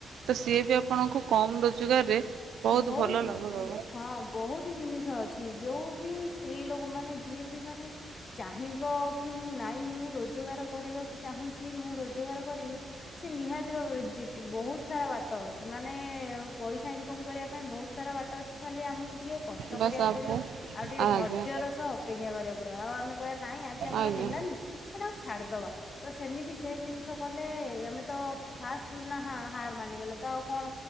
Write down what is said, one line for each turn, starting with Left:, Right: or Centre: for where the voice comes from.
Right: ତ ସିଏ ବି ଆପଣଙ୍କୁ କମ ରୋଜଗାରରେ ବହୁତ
Left: ବୋହୁତୁ
Right: ଭଲ ଲାଭ ଦେବ
Left: ହଁ ବହୁତ ଜିନିଷ ଅଛି। ଯୋଉ ବି ସ୍ତ୍ରୀ ଲୋକ ମାନେ ଯିଏ ବି ମାନେ ଚାହିଁବ କି ମୁଁ ନାଇଁ ମୁଁ ରୋଜଗାର କରିବାକୁ ଚାହୁଁଛି ମୁଁ ରୋଜଗାର କରିବି ସେ ନିହାତି ଭାବରେ ବହୁତ ସାରା ବାଟ ଅଛି ମାନେ ପଇସା ଇନ୍ ଇନକମ କରିବା ପାଇଁ ବହୁତ ସାରା ବାଟ ଅଛି ଖାଲି ଆମକୁ ଟିକେ କଷ୍ଟ
Right: ବାସ୍
Left: କରିବାକୁ
Right: ଆପ
Left: ପଡିବ। ଆଉ ଟିକେ
Right: ଆଜ୍ଞା
Left: ଧୈର୍ଯ୍ୟର ସହ ଅପେକ୍ଷା କରିବାକୁ ପଡିବ ଆଉ ଆମେ କହିବା ନାଇଁ ଆଜି ଆମର
Right: ଆଜ୍ଞା
Left: ହେଲାନି ସେଟାକୁ ଛାଡିଦବା। ତ ସେମିତି ସେ ଜିନିଷ କଲେ ଆମେ ତ ଫାଷ୍ଟରୁୁ ନା ହାର ମାନିଗଲେ ତ ଆଉ କଣ